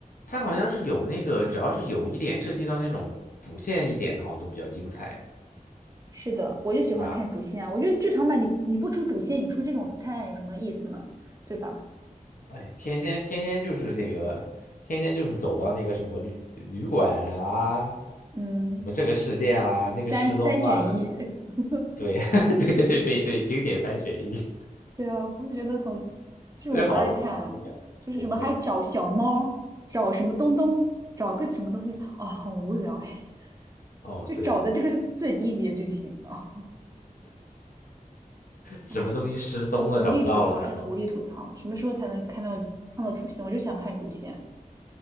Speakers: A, on the left; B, on the right.
A: 他好像是有那个，只要是有一点涉及到那种主线一点的，好像都比较精彩。
B: 是的，我就喜欢看主线啊我觉得剧场版你你不出主线，
A: 是吧？
B: 你出这种探案有什么意思呢？对吧？
A: 哎，天天天天就是那个，天天就是走到那个什么旅旅馆啊，
B: 嗯，
A: 什么这个事件啦、那个失踪啦、
B: 三三选一。<laughs>
A: 对，<laughs> 对对对对对，经典三选一，
B: 对啊，我就觉得很，这种我不爱看，
A: 这好无好无聊，
B: 就是什么还找小猫儿找什么东东，
A: 好无聊。
B: 找个什么东西，啊、很无聊哎，<laughs>
A: 哦，
B: 就找的这个是最低级的剧情啊。
A: 对对，什么东西失踪了，
B: 哎无无力吐槽，
A: 找不到了，然后他，
B: 真的无力吐槽。什么时候才能看到看到主线？我就想看主线。